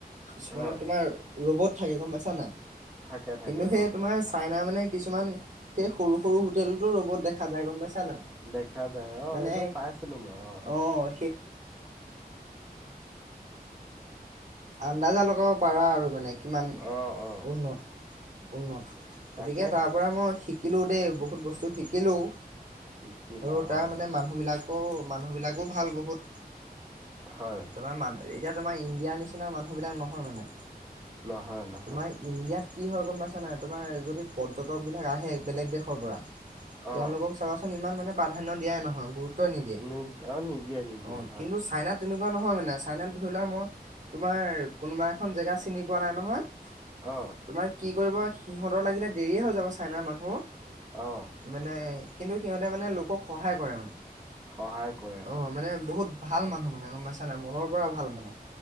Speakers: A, on the right; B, on the right.
A: কিছুমানে
B: হয়
A: তোমাৰ ৰবত থাকে গম পাইছা নে নাই
B: থাকে থাকে
A: কিন্তু সেই
B: অ
A: তোমাৰ চাইনা মানে। কিছুমান সেই সৰু সৰু হোটেলতো ৰ'বত দেখা যায় গম পাইছা <unintelligible>
B: দেখা যায় অ
A: মানে
B: এইটো পাইছিলো মই
A: অ', আন্দাজা লগাব পাৰা আৰু মানে। কিমান
B: অ অ
A: উন্নত উন্নত
B: তাকেহে
A: গতিকে তাৰপৰা মই শিকিলোঁ দেই। বহুত বস্তু শিকিলোও
B: শিকিলা
A: আৰু তাৰ
B: অ
A: মানে মানুহ বিলাকো আকৌ ভাল বহুত।
B: হয়
A: তোমাৰ মান এতিয়া তোমাৰ ইণ্ডিয়াৰ নিচিনা মানুহ বিলাক নহয় মানে।
B: নহয়। নহয়
A: তোমাৰ ইণ্ডিয়াত কি হয় গম পাইছানা তোমাৰ যদি পৰ্যটক বিলাক আহে বেলেগ দেশৰ
B: অ
A: তেওলোকক চাবাচোন ইমান মানে প্ৰাধান্য দিয়াই নহয় গুৰুত্ব নিদিয়ে।
B: নিদ অ নিদিয়ে নিদিয়ে
A: অ
B: হয়।
A: কিন্তু চাইনাত তেনেকুৱা নহয় মানে চাইনাত ধৰি লোৱা মই তোমাৰ কোনোবা এখন জেগা চিনি পোৱা নাই নহয়
B: অ
A: তোমাৰ কি কৰিব সিহঁতৰ লাগিলে দেৰি হৈ যাব চাইনাৰ মানুহ
B: অ
A: মানে কিন্তু সিহঁতে মানে লোকক সহায় কৰে মানে।
B: সহায় কৰে
A: অ
B: হয়।
A: মানে বহুত ভাল মানুহ মানে গম পাইছা নাই মনৰ পৰা ভাল মানে,